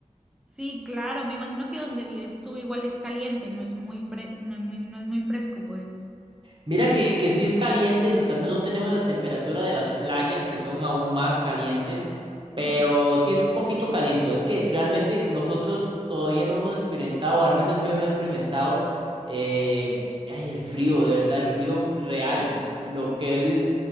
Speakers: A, in the centre; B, on the right.
A: Sí, claro, me imagino que donde vives tú igual es caliente, no es muy fre- no, es muy- no es muy fresco, pues.
B: Mira que, que sí es caliente, no, también no tenemos la temperatura de las playas que son aún más calientes, pero
A: Ah,
B: sí es un poquito caliente. Es que realmente nosotros todavía no hemos experimentado, al menos yo no he experimentado, eh, ay, el frío, de verdad, el frío real.
A: ok.
B: Lo que, he-